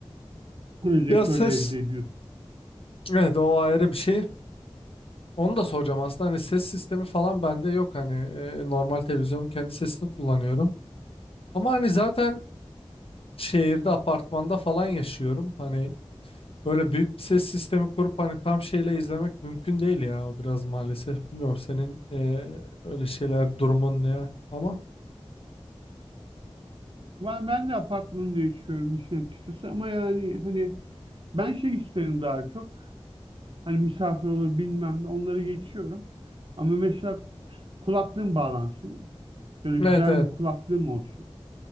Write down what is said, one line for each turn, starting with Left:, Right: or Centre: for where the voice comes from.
Right: projektörle
Left: ya ses
Right: elde ediyorsun?
Left: evet o ayrı bir şey. Onu da soracağım aslında hani ses sistemi falan bende yok hani e, normal televizyonun kendi sesini kullanıyorum. Ama hani zaten şehirde apartmanda falan yaşıyorum. Hani Böyle büyük bir ses sistemi kurup hani tam şeyle izlemek mümkün değil ya. O biraz maalesef. Bilmiyorum senin eee, öyle şeyler durumun ne ya. Ama
Right: Ben, ben de apartmanı değiştiriyorum işin açıkçası ama yani hani ben şey isterim daha çok. Hani misafir olur bilmem ne onları geçiyorum. Ama mesela kulaklığım bağlansın. Şöyle
Left: evet
Right: güzel
Left: evet.
Right: bir kulaklığım olsun.